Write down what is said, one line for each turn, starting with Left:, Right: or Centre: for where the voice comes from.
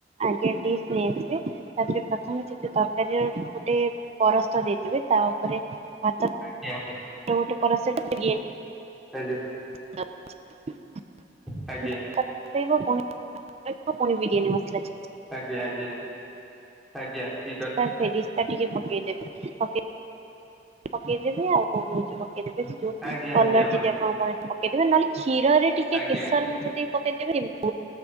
Right: ଆଜ୍ଞା ଡିସ୍ ନେଇ ଆସିବେ, ତା ଧେରେ ପ୍ରଥମେ ସେ ଯେ ତରକାରୀର ଗୋଟେ ପରସ୍ତ ଦେଇଥିବେ ତା ଉପରେ ଆ
Centre: ଆଜ୍ଞା ଆଜ୍ଞା।
Right: ଯୋଉ ଗୋଟେ ପରସ ଫେର ଇଏ
Centre: ଆଜ୍ଞା।
Right: <inaudible> <unintelligible> ପୁଣି
Centre: ଆଜ୍ଞା
Right: <inaudible> ପୁଣି ବିରୟାନୀ ମସଲା <unintelligible>
Centre: ଆଜ୍ଞା ଆଜ୍ଞା ଆଜ୍ଞା ଠି
Right: ତ ଫେରିସ୍ ଟା ଟିକେ ପକେଇ ଦେବେ ପକେଇ ପକେଇ ଦେବେ ଆଉ <unintelligible> ପକେଇ ଦେବେ ସେ ଯୋଉ
Centre: ଆଜ୍ଞା
Right: କଲର୍
Centre: ଆଜ୍ଞା ବନ୍ଧୁ
Right: ଯଦି ଆପଣ ପାଆନ୍ତି ପ। <unintelligible> କ୍ଷୀରରେ ଟିକେ
Centre: ଆଜ୍ଞା
Right: କେଶର
Centre: ଆଜ୍ଞା
Right: ମିସେଇ ଦେଇକି ପ। <unintelligible>